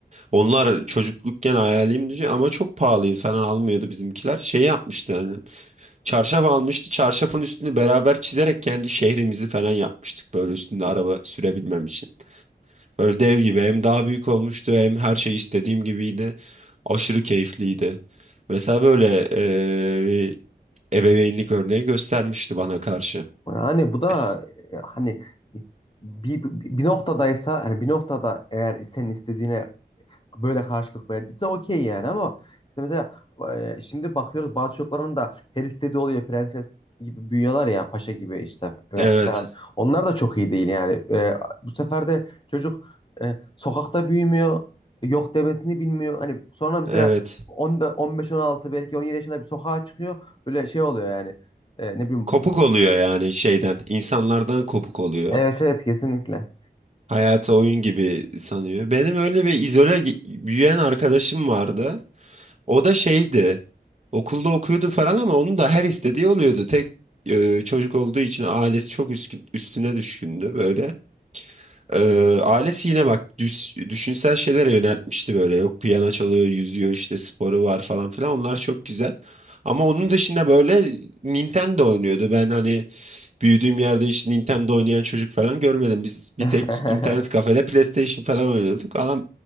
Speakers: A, on the right (about 40°); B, on the left (about 30°).
A: onlar çocuklukken hayalimdi ama çok pahalıydı falan almıyordu bizimkiler. Şey yapmıştı yani Çarşaf almıştı. Çarşafın üstünü beraber çizerek kendi şehrimizi falan yapmıştık. Böyle üstünde araba sürebilmem için. Böyle dev gibi hem daha büyük olmuştu hem her şey istediğim gibiydi. Aşırı keyifliydi. Mesela böyle eee, ebeveynlik örneği göstermişti bana karşı.
B: Yani bu da
A: S-
B: e, hani bir, bir noktadaysa hani bir noktada eğer senin istediğine böyle karşılık verdiyse okey yani ama işte mesela e, şimdi bakıyoruz bazı çocukların da her istediği oluyor prenses gibi büyüyorlar ya paşa gibi işte ve
A: Evet,
B: falan. Onlar da çok iyi değil yani. E, bu sefer de çocuk e, sokakta büyümüyor. Yok demesini bilmiyor. Hani sonra mesela
A: evet.
B: 10'da 15-16 belki 17 yaşında bir sokağa çıkıyor. Böyle şey oluyor yani. E, ne bileyim.
A: Kopuk oluyor yani şeyden, insanlardan kopuk oluyor.
B: Evet evet kesinlikle.
A: Hayatı oyun gibi sanıyor. Benim öyle bir izole gi- büyüyen arkadaşım vardı. O da şeydi. Okulda okuyordu falan ama onun da her istediği oluyordu. Tek e, çocuk olduğu için ailesi çok üskün- üstüne düşkündü böyle. E, ailesi yine bak düş, düşünsel şeylere yöneltmişti böyle. Yok piyano çalıyor, yüzüyor işte sporu var falan filan. Onlar çok güzel. Ama onun dışında böyle Nintendo oynuyordu. Ben hani büyüdüğüm yerde hiç Nintendo oynayan çocuk falan görmedim. Biz
B: <laughs>
A: bir tek internet kafede PlayStation falan oynuyorduk. Adam